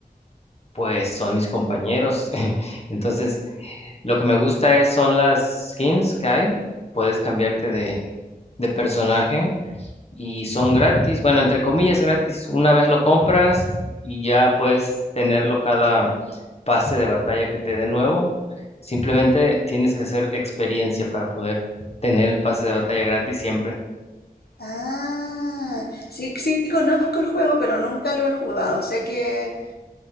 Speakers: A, on the left; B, on the left.
A: pues son mis compañeros. <laughs> Entonces, lo que me gusta es son las skins que hay. Puedes cambiarte de, de personaje y son gratis, bueno, entre comillas gratis. Una vez lo compras y ya puedes tenerlo cada pase de batalla que te dé nuevo. Simplemente tienes que hacer experiencia para poder tener el pase de batalla gratis siempre.
B: Ah, sí, sí conozco el juego, pero nunca lo he jugado. Sé que